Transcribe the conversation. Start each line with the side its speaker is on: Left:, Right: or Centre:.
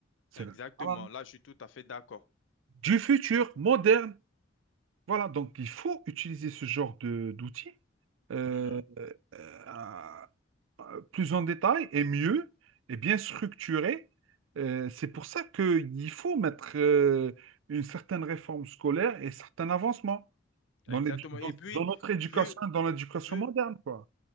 Right: C'est
Left: exactement.
Right: le- voilà.
Left: Là, je suis tout à fait d'accord.
Right: du futur, moderne. Voilà, donc il faut utiliser ce genre de d'outils euh,
Left: Mhm.
Right: euh, euh, plus en détail et mieux et bien structuré. Euh, c'est pour ça qu'il faut mettre euh, une certaine réforme scolaire et certains avancements dans,
Left: Exactement.
Right: l'édu- dans-
Left: Et puis,
Right: dans notre éducation,
Left: vu,
Right: dans l'éducation
Left: vu,
Right: moderne, quoi.